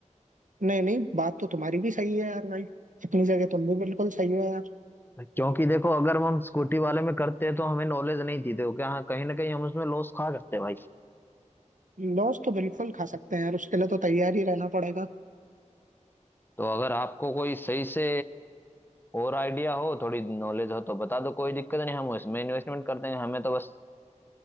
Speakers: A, on the right; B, on the left.
A: नहीं नहीं बात तो तुम्हारी भी सही है यार भाई इतनी जगह तुम भी बिल्कुल सही हो यार
B: क्योंकि देखो अगर हम स्कूटी वाले में करते हैं तो हमें नॉलेज नहीं थी देखो क्या हाँ, कहीं ना कहीं हम उसमें लॉस खा सकते हैं भाई
A: लॉस तो बिल्कुल खा सकते हैं यार उसके लिए तो तैयार ही रहना पड़ेगा
B: तो अगर आपको कोई सही से और आइडिया हो थोड़ी नॉलेज हो तो बता दो कोई दिक्कत नहीं हम उसमें इन्वेस्टमेंट कर देंगे हमें तो बस